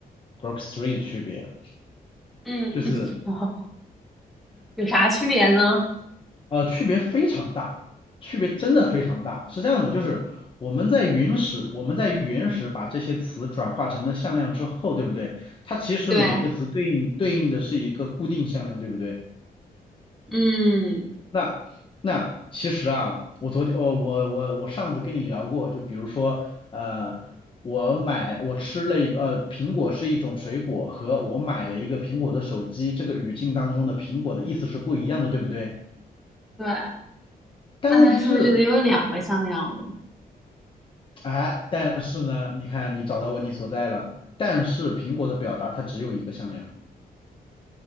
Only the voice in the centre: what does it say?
嗯，
<laughs> 有啥区别呢？
对，
嗯，
对。
那他是不是就得有两个向量了呀？